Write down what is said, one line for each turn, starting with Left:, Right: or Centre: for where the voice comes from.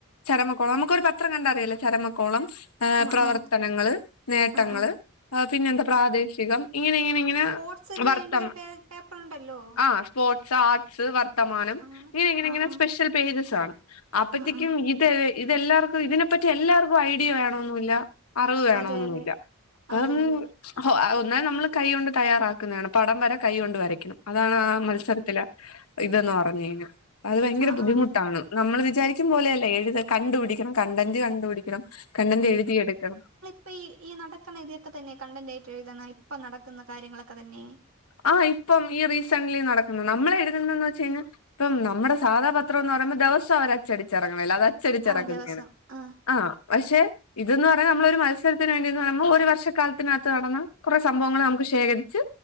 Left: ചരമക്കോളം നമുക്കൊ ഒരു പത്രം കണ്ടാറിയാല്ലേ ചരമക്കോളം. ഏഹ്
Right: ആഹ്
Left: പ്രവർത്തനങ്ങള്
Right: ആഹ്
Left: നേട്ടങ്ങള്.
Right: ആഹ് ആഹ്
Left: ആഹ്, പിന്നെ എന്താ പ്രാദേശികം ഇങ്ങനെ ഇങ്ങനെ ഇങ്ങനെ
Right: <unintelligible> വേണ്ടി
Left: വർത്തമാ
Right: ഒരു പെ പേപ്പർ ഉണ്ടല്ലോ.
Left: ആഹ് സ്പോർട്സ്, ആർട്സ്, വർത്തമാനം,
Right: ആ
Left: ഇങ്ങനിങ്ങനിങ്ങനെ
Right: ആ ആ
Left: സ്പെഷ്യൽ പേജസ് ആണ്. അപ്പത്തേക്കും
Right: ആ ആ
Left: ഇത് ഇതെല്ലാർക്കും ഇതിനെപ്പറ്റി എല്ലാർക്കും ഐഡിയ വേണൊന്നുല്ല. അറിവ് വേണോന്നുല്ല
Right: അതെ അതെ
Left: <unintelligible>
Right: അതെ അതെ
Left: ഒന്നേ നമ്മള് കൈ കൊണ്ട് തയ്യാറാക്കുന്നതാണ് പടം വരെ കൈ കൊണ്ട് വരയ്ക്കണം അതാണ് ആ മത്സര ഇതെന്ന് പറഞ്ഞു കഴിഞ്ഞാ, അത് ഭയങ്കര
Right: ആ
Left: ബുദ്ധിമുട്ടാണ്
Right: ആ ആ
Left: നമ്മള് വിജ വിചാരിക്കും പോലെയല്ല എഴുത കണ്ടു പിടിക്കണം കൺടെന്റ് കണ്ടുപിടിക്കണം കൺടെന്റ് എഴുതിയെടുക്കണം.
Right: ഇപ്പൊ ഈ ഈ നടക്കുന്ന ഇതൊക്കെ തന്നെ കണ്ടന്റായിട്ട് എഴുതണ ഇപ്പൊ നടക്കുന്ന കാര്യങ്ങളൊക്കെ തന്നെ.
Left: ആഹ്, ഇപ്പം ഈ റീസെന്റ്ലി നടക്കുന്ന നമ്മളെഴുതുന്നേന്ന് വെച്ച് കഴിഞ്ഞാ ഇപ്പം നമ്മുടെ സാധാപത്രം എന്ന് പറയുമ്പോ ദിവസം അവര് അച്ചടിച്ചിറങ്ങണല്ലേ അത് അച്ചടിച്ചിറങ്ങുന്നേണ്.
Right: ആ ദിവസം ആ
Left: ആഹ്, പക്ഷെ ഇതന്ന് പറഞ്ഞ നമ്മളൊരു മത്സരത്തിന് വേണ്ടിന്ന് പറയുമ്പോൾ ഒരു വർഷക്കാലത്തിനകത്ത് നടന്ന കുറെ സംഭവങ്ങൾ നമുക്ക് ശേഖരിച്ച്